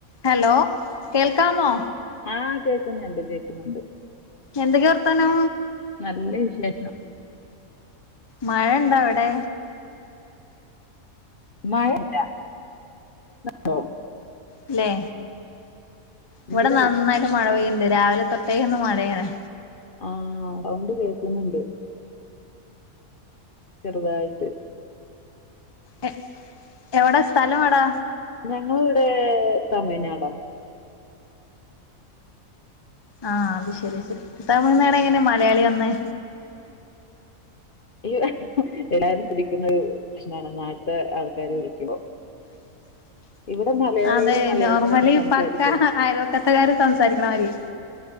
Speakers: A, on the left; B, on the left.
A: Hello കേൾക്കാമോ
B: ആഹ് കേക്കുന്നുണ്ട് കേക്കുന്നുണ്ട്
A: എന്തൊക്കെ വർത്താനോ
B: നല്ല വിശേഷം
A: മഴ ഇണ്ടാ അവിടെ
B: മഴല്ല അ
A: ഇല്ലേ ഇവിടെ
B: ഇല്ലല്ല
A: നന്നായിട്ട് മഴ പെയ്യണ്ട് രാവിലെ തൊട്ടേക്ക് ഇന്ന് മഴയണെ
B: ആ സൗണ്ട് കേൾക്കുന്നുണ്ട് ചെറുതായിട്ട്
A: എ എവിടെ സ്ഥലം എവിടെ
B: ഞങ്ങളിവിടെ തമിഴ്നാടാ
A: ആ അത് ശരി ശരി തമിഴ്നാട് എങ്ങനെ മലയാളി വന്നേ
B: ഈ എല്ലാരും കുതിക്കുന്ന പ്രശ്നാണ് നാട്ടത്തെ ആൾക്കാര് വിളിക്കുമ്പോ
A: ഹ
B: ഇവിടെ മലയാളികള്
A: അതെ
B: മലയാളം
A: നോർമലി
B: തന്നെ സംസാരിക്കുന്നെ
A: പക്ക ആയക്കത്തക്കാര് സംസാരിക്കണമായിരിക്ക